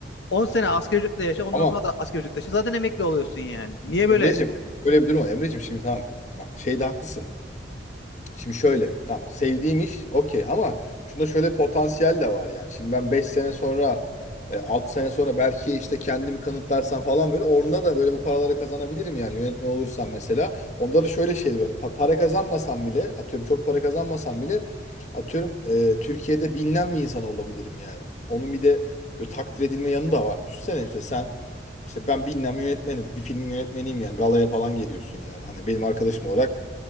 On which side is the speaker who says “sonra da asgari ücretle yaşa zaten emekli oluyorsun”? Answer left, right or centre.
Left